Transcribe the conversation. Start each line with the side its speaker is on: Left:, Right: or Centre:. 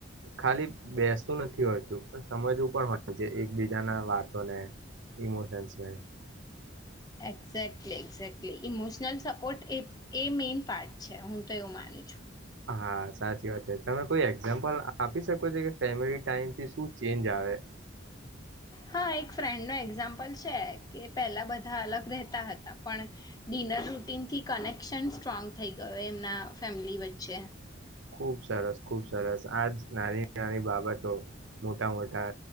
Right: ખાલી બેસવું નથી હોતું સમજવું પણ હોય એકબીજાના વાતોને, ઈમોશન્સને.
Left: એક્ઝેક્ટલી એક્ઝેક્ટલી ઇમોશનલ સપોર્ટ એ મેઈન પાર્ટ છે હું તો એવું માનું છું.
Right: હા સાચી વાત છે તમે કોઈ એક્ઝામ્પલ આપી શકો છો કે ફેમિલી ટાઈમથી શું ચેન્જ આવે.
Left: હા એક ફ્રેન્ડનો એક્ઝામ્પલ છે કે પહેલા બધા અલગ રહેતા હતા પણ ડિનર રૂટીનથી કનેક્શન સ્ટ્રોંગ થઈ ગયો એમના ફેમિલી વચ્ચે. ચે.
Right: ખુબ સરસ ખુબ સરસ આજ નાની નાની બાબતો મોટા મોટા